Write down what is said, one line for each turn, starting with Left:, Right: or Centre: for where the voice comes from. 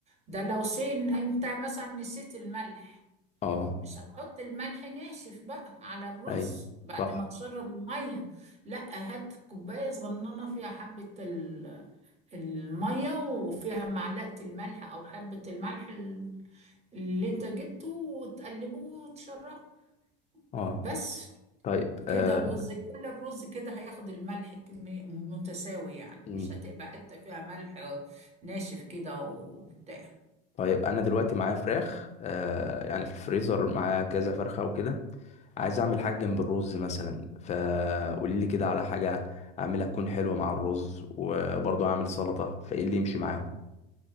Right: ده لو سين انت مثلا نسيت الملح
Left: اه
Right: مش هتحط الملح ناشف بقى على الرز
Left: اي
Right: بعد
Left: صح
Right: ما تشرب المية لا هات كوباية صغننة فيها حبة ال- المية وفيها معلقة الملح أو حبة الملح ال- اللي انت جبته وتقلبه وتشربه
Left: اه
Right: بس
Left: طيب آه.
Right: كده الرز كل الرز كده هياخد الملح كمية متساوي يعني
Left: مم.
Right: مش هتبقى حتة فيها ملح ناشف كده وبتاع
Left: طيب انا دلوقتي معايا فراخ آه. يعني في الفريزر معايا كذا فرخه وكده عايز اعمل حاجه جنب الرز مثلا فقولي لي كده على حاجه اعملها تكون حلوه مع الرز وبرضه اعمل سلطه فايه اللي يمشي معاهم